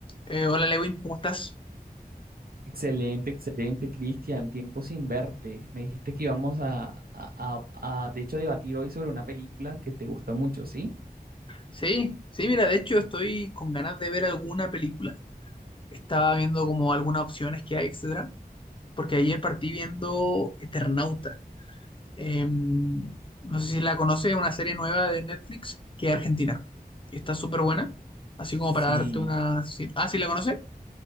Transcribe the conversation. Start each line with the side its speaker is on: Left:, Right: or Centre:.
Left: Eh, hola Lewin, ¿cómo estás?
Right: Excelente, excelente, Cristian. Tiempo sin verte. Me dijiste que íbamos a, a- a- a, de hecho, debatir hoy sobre una película que te gustó mucho, ¿sí?
Left: Sí, sí, mira, de hecho estoy con ganas de ver alguna película. Estaba viendo como algunas opciones que hay, etcétera, porque ayer partí viendo Eternauta. Eh, no sé si la conoces, es una serie nueva de Netflix que es argentina. Y está súper buena, así como
Right: Sí.
Left: para darte una... si- Ah, ¿sí la conoces?